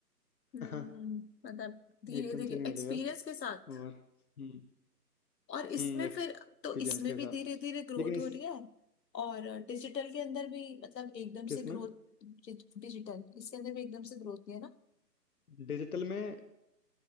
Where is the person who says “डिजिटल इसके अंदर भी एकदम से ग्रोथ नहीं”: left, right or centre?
Left